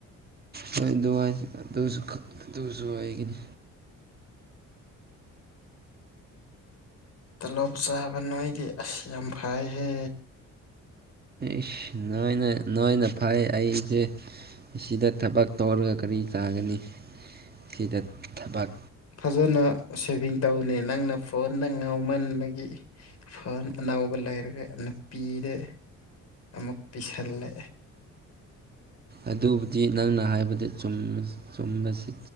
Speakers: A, on the right (about 30°); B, on the left (about 55°).
A: ꯍꯣꯏ ꯑꯗꯨꯋꯥꯏ ꯑꯗꯨꯁꯨ ꯈ ꯑꯗꯨꯁꯨ ꯋꯥꯏꯒꯤꯅꯤ꯫
B: ꯇꯂꯣꯞ ꯆꯥꯕ ꯅꯣꯏꯗꯤ ꯑꯁ ꯌꯥꯝ ꯐꯥꯏꯍꯦ꯫
A: ꯏꯁ ꯅꯣꯏꯅ ꯅꯣꯏꯅ ꯐꯥꯏ ꯑꯩꯁꯦ꯫ ꯏꯁꯤꯗ ꯊꯕꯛ ꯇꯧꯔꯒ ꯀꯔꯤ ꯆꯥꯒꯅꯤ ꯁꯤꯗ ꯊꯕꯛ
B: ꯐꯖꯅ ꯁꯦꯚꯤꯡ ꯇꯧꯅꯦ ꯅꯪꯅ ꯐꯣꯟꯗ ꯉꯥꯎꯃꯟꯕꯒꯤ ꯐꯣꯟ ꯑꯅꯧꯕ ꯂꯩꯔꯒ ꯅꯨꯄꯤꯗ ꯑꯃꯨꯛ ꯄꯤꯁꯜꯂꯦ꯫
A: ꯑꯗꯨꯕꯨꯗꯤ ꯅꯪꯅ ꯍꯥꯏꯕꯗꯤ ꯆꯨꯝꯕ ꯆꯨꯝꯕꯁꯤ